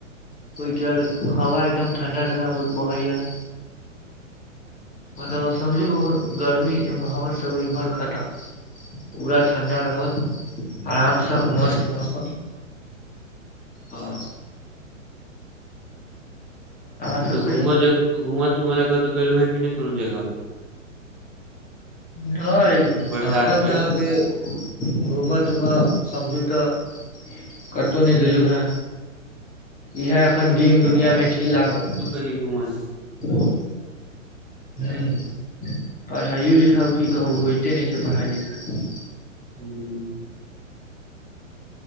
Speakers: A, on the left; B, in the centre.
A: ओय के बाद हवा एकदम ठंडा-ठंडा बहैया। मतलब आब समझू ओहन गर्मी ए हवा सब इम्हर खत्म। पूरा ठण्डा रहत आराम सँ मस्त मौसम। रहत सबके
B: कतौ घुमऽ जग घुमऽ-तुमऽ लै कतौ गेलौ हैं की नै कोनो जगह?
A: नैय
B: बरसात
A: तखन
B: मे
A: तऽ आहाँके- घुमऽ-तुमऽ समझू तऽ कतहु नै गेलू हेँ इएह एखन दिन दुनियामे छी लागल।
B: कनी घुमल-
A: <unintelligible> हूँ पढ़ाइो लिखाइ की कहू होयइते नै छै पढ़ाइ लिखाइ।
B: हूँ।